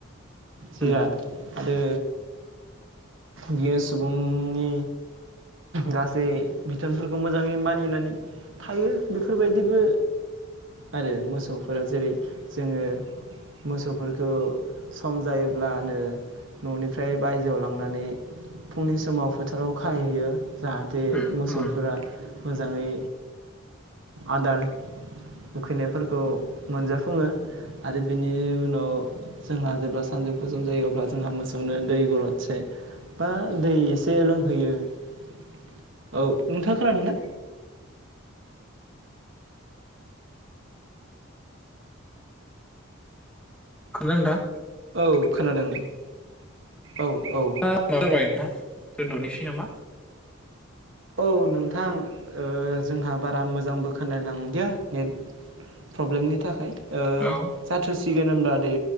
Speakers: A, in the centre; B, on the right.
A: नोंथां
B: जिराद
A: उम
B: आरो बियो सुबुंनि गासै बिथोनफोरखौ मोजाङै मानिनानै थायो बेफोरबायदिबो आरो मोसौफोरा जेरै जोङो मोसौफोरखौ सम जायोब्लानो न'निफ्राय बायजोआव लांनानै फुंनि समाव फोथाराव खाहैयो जाहाथे
A: उम
B: मोसौफोरा
A: उम
B: मोजाङै आदार उखैनायफोरखौ मोनजाफुङो आरो बिनि उनाव जोंहा जेब्ला सानजौ फु सम जायो अब्ला जोंहा मोसौनो दै गरदसे बा दै एसे लोंहोयो औ नोंथाङा खोनादों ना
A: खोनादों ना नोंथां
B: औ खोनादों औ औ
A: माबा जाबाय नोंथां दोनन्द'नोसै नामा
B: औ नोंथां जोंहा बारा मोजांबो खोनालायलांदिया नेट प्रब्लेमनि थाखाय
A: औ
B: जाथ'सिगोन गोन होनबा दे